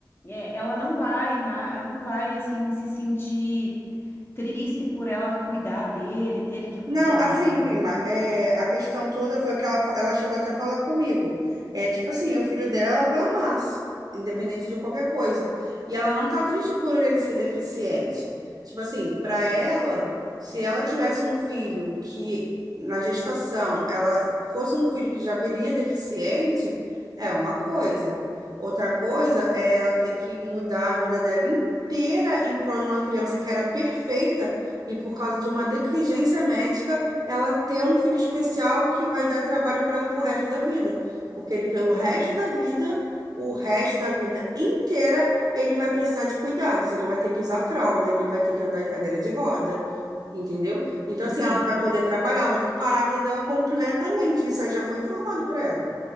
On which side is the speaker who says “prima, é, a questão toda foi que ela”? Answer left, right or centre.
Right